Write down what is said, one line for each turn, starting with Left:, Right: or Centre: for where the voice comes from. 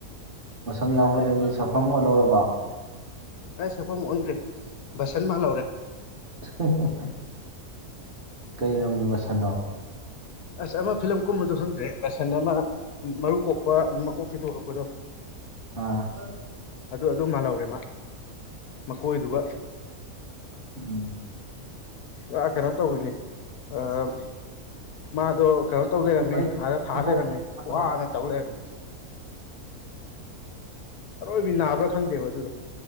Right: ꯃꯁꯝ ꯌꯥꯎꯕꯗꯒꯤ ꯁꯛꯐꯝ ꯑꯣ ꯂꯧꯔꯕꯣ
Left: ꯑꯩ ꯁꯛꯐꯝ ꯑꯣꯟꯒ꯭ꯔꯦ ꯕꯁꯟ ꯃꯥꯜꯍꯧꯔꯦ
Right: <unintelligible> ꯀꯩ ꯂꯝꯒꯤ ꯕꯁꯟꯅꯣ
Left: ꯑꯁ ꯑꯃ ꯐꯤꯂꯝ ꯀꯨꯝꯕꯗꯨ ꯈꯪꯗ꯭ꯔꯍꯦ ꯕꯁꯟ ꯑꯃ ꯃꯔꯨ ꯀꯣꯛꯄ ꯃꯀꯣꯛ ꯇꯦꯇꯨ ꯍꯛꯄꯗꯣ
Right: ꯑ
Left: ꯑꯗꯨ ꯑꯗꯨ ꯃꯥꯜꯂꯧꯔꯦ ꯃꯥ ꯃꯀꯣꯏꯗꯨꯒ
Right: ꯎꯝ
Left: ꯄꯨꯔꯥ ꯀꯩꯅꯣ ꯇꯧꯏꯅꯤ ꯑꯥ ꯃꯥꯗꯣ ꯀꯩꯅꯣ ꯇꯧ ꯂꯩꯔꯝꯃꯧ
Right: ꯑꯩ ꯑꯩ
Left: ꯑꯗ ꯊꯥ
Right: ꯆꯦꯛꯀꯣꯛ
Left: ꯂꯩꯔꯝꯃꯤ
Right: ꯆꯥꯒꯗꯧ.
Left: ꯋꯥꯅ ꯇꯧ ꯂꯩꯔꯝꯃꯤ ꯑꯔꯣꯏꯕꯤ ꯅꯥꯕ꯭ꯔꯥ ꯈꯪꯗꯦꯕ ꯑꯗꯨꯗꯣ